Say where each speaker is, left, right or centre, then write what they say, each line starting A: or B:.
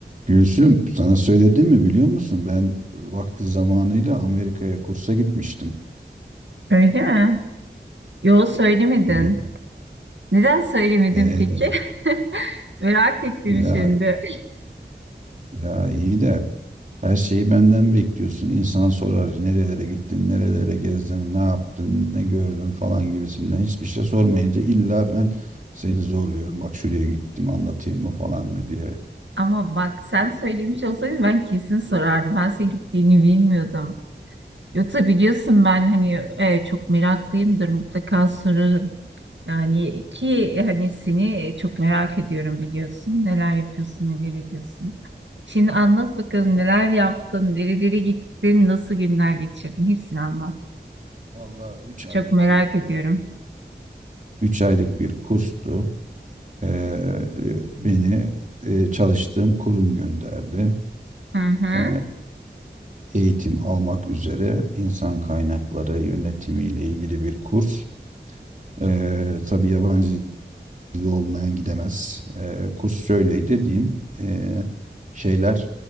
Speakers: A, on the right; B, on the right.
A: Gülsüm, sana söyledim mi biliyor musun? Ben vakti zamanıyla Amerika'ya kursa gitmiştim.
B: Öyle mi? Yo söylemedin.
A: Ya,
B: Neden söylemedin
A: e,
B: peki? <laughs> Merak ettim
A: ya,
B: şimdi.
A: ya iyi de Her şeyi benden bekliyorsun. İnsan sorar nerelere gittin, nerelere gezdin, ne yaptın, ne gördün falan gibisinden. Hiçbir şey sormayınca illa ben seni zorluyorum. Bak şuraya gittim anlatayım mı falan mı diye.
B: Ama bak sen söylemiş olsaydın ben kesin sorardım. Ben senin gittiğini bilmiyordum. Yoksa biliyorsun ben hani e, çok meraklıyımdır mutlaka sorarım. Yani ki hani seni çok merak ediyorum biliyorsun. Neler yapıyorsun, neler ediyorsun. Şimdi anlat bakalım
A: Vallahi,
B: neler yaptın, nerelere gittin, nasıl günler geçirdin? Hepsini anlat.
A: vallahi 3 aylık
B: Çok merak
A: bir
B: ediyorum.
A: kurstu. 3 aylık bir kurstu. Ee, e, beni e, çalıştığım kurum gönderdi.
B: Hı hı.
A: Ee, eğitim almak üzere insan kaynakları yönetimiyle ilgili bir kurs. Ee, tabii yabancı dili olmayan gidemez. Ee, kurs şöyleydi diyeyim. Ee, şeyler